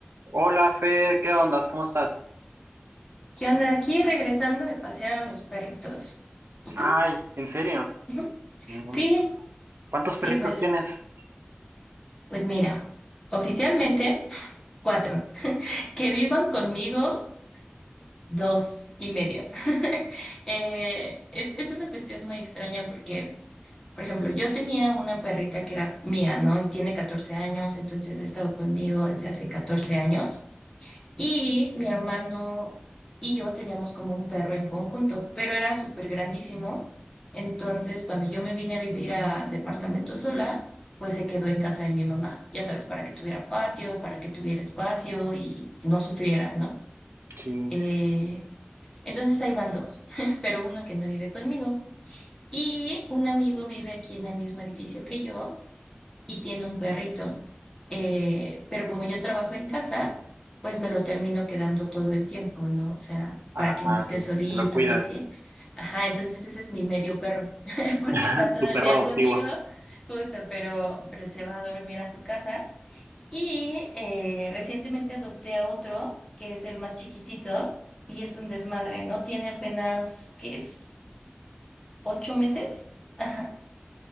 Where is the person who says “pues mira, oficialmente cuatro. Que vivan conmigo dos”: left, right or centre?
Left